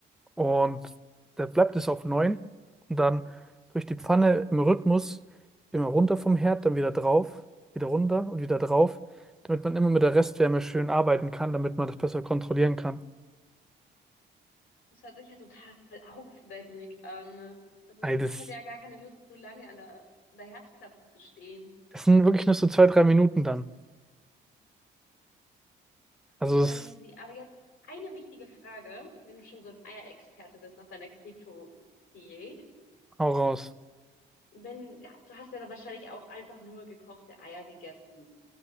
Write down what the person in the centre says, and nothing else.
und da bleibt es auf neun Und dann durch die Pfanne im Rhythmus immer runter vom Herd, dann wieder drauf, wieder runter und wieder drauf, damit man immer mit der Restwärme schön arbeiten kann, damit man das besser kontrollieren kann.
Ey, das,
das sind wirklich nur so zwei, drei Minuten dann. Also
es
hau raus.